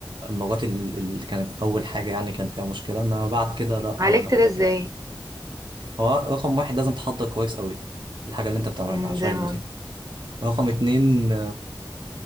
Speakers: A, on the right; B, on the right.
A: المرات ال- اللي كانت أول حاجة يعني كان فيها مشكلة إنما بعد كده لأ
B: عالجت
A: أنا
B: ده ازاي
A: هو رقم واحد لازم تحضر كويس أوي الحاجة اللي أنت بتعملها
B: مم،
A: شايف
B: زي ما قلت
A: دي رقم اتنين